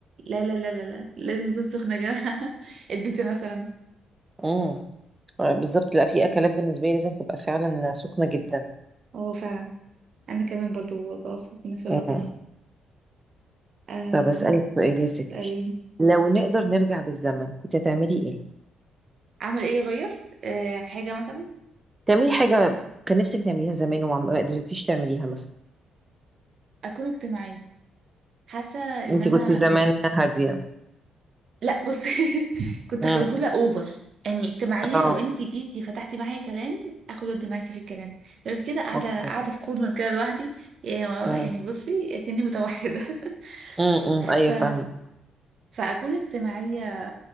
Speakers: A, on the right; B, on the right.
A: لا لا لا لا لا لازم يكون سخن يا جماعة <laughs> البيتزا مثلا
B: امم بالظبط لا في اكلات بالنسبه لي لازم تبقى فعلا سخنه جدا
A: اه فعلا انا كمان برضو بوافق بنفس الرأي
B: امم
A: آه
B: طب اسالك سؤال يا ستي
A: سألين
B: لو نقدر نرجع بالزمن كنت هتعملي ايه
A: اعمل ايه اغير أه حاجه مثلا
B: تعملي حاجه كان نفسك تعمليها زمان وما ما قدرتيش تعمليها مثلا
A: اكون اجتماعيه حاسه ان
B: انت
A: انا
B: كنت زمان هاديه
A: لا بصي <laughs> كنت
B: امم
A: خجوله اوفر يعني اجتماعيه
B: اه
A: لو انت جيتي فتحتي معايا كلام اخد ود معاكي في الكلام غير كده قاعده
B: اوكي
A: قاعده في كورنر كده لوحدي يعني
B: امم
A: بصي اكني متوحده <laughs>
B: امم
A: ف
B: ايوه فاهمه
A: فاكون اجتماعيه